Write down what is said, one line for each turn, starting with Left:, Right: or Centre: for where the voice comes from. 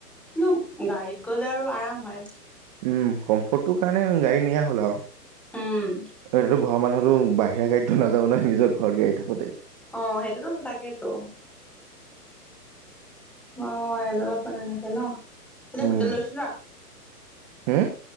Centre: কিন্তু গাড়ীত গ'লে আৰু আৰাম হয়।
Right: উম, কমফৰ্টটোৰ কাৰণে গাড়ী নিয়া হ'ল
Centre: উম
Right: আৰু ঘৰ মানুহটো বাহিৰা গড়ীত নাযাব ন নিজৰ ঘৰত গাড়ী থাকোতেই।
Centre: অ', সেইটোতো তাকেতো। অ', মই এজনত মানে এনেকে ন, এনেই
Right: উম
Centre: হোটেল লৈছিলো?
Right: হম?